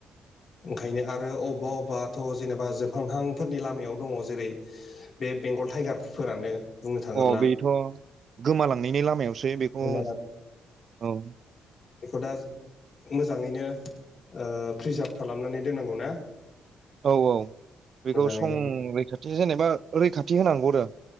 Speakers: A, on the left; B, on the right.
A: ओंखायनो आरो अबबा अबबाथ' जेनेबा जोबहांहांफोरनि लामायाव दङ जेरै बे बेंगल टाइगारफोरानो बुंनो थाङोब्ला
B: अ बेथ' गोमालांनायनि लामायावसो बेखौ
A: गोमानांगौ
B: औ
A: बेखौ दा मोजाङैनो ओ प्रिजार्भ खालामनानै दोननांगौ ना?
B: औ औ बेखौ
A: मोजाङैनो
B: संरैखाथि जेनेबा रैखाथि होनांगौ आरो।